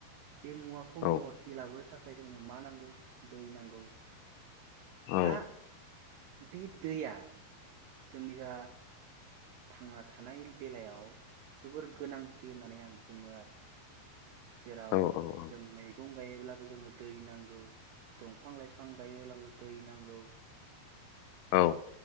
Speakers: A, on the right; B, on the left.
A: बे मुवाखौ
B: औ
A: महरथि लाबोनो थाख ओखाय जोंनो मा नांगौ दै नांगौ
B: औ
A: दा बे दैया जोंनि जा थांना थानाय बेलायाव जोबोर गोनांथि होननानै आं बुङो आरो। जेराव
B: औ
A: जों
B: औ
A: मै गं गायोब्लाबो जोंनो दै नांगौ दं फां लाइफां गायोब्लाबो दै नां गौ
B: औ